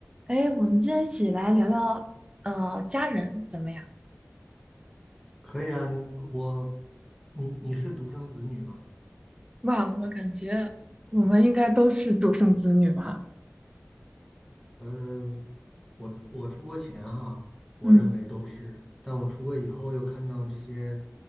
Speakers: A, on the right; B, in the centre.
A: 哎，我们今天一起来聊聊，呃，家人怎么样？
B: 可以啊，我，你你是独生子女吗？
A: 哇，我感觉我们应该都是独生子女吧？
B: 呃，我我出国前哈，我认为都是，
A: 嗯，
B: 但我出国以后又看到这些